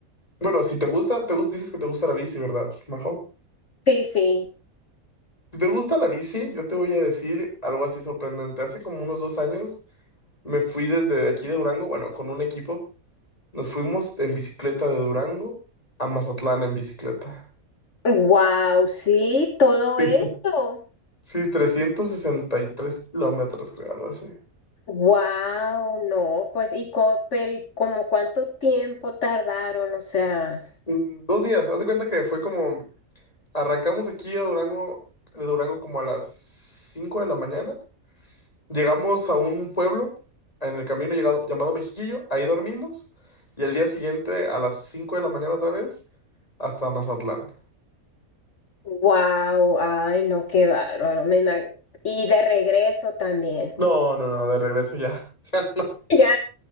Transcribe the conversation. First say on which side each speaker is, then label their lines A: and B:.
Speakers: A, on the left (about 25°); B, on the left (about 55°).
A: bueno, si te gusta, te gus- dices que te gusta la bici, ¿verdad, Majo?
B: Sí, sí.
A: Si te gusta la bici, yo te voy a decir algo así sorprendente. Hace como unos dos años me fui desde aquí de Durango, bueno, con un equipo. Nos fuimos en bicicleta de Durango a Mazatlán en bicicleta.
B: Wow, sí, todo
A: <laughs>
B: eso.
A: Sí, 363 kilómetros, creo, algo así.
B: Wow, no, pues y co- pero y como cuánto tiempo tardaron, o sea,
A: Mm, Dos días, haz de cuenta que fue como, arrancamos aquí a Durango, de Durango como a las cinco de la mañana Llegamos a un pueblo en el camino llegado- llamado Mexiquillo, ahí dormimos y el día siguiente a las 5 de la mañana otra vez hasta Mazatlán.
B: wow, ay, no, qué bárbaro. me ima- y de regreso también.
A: No, no, no, de regreso ya. <laughs> Ya no.
B: Ya,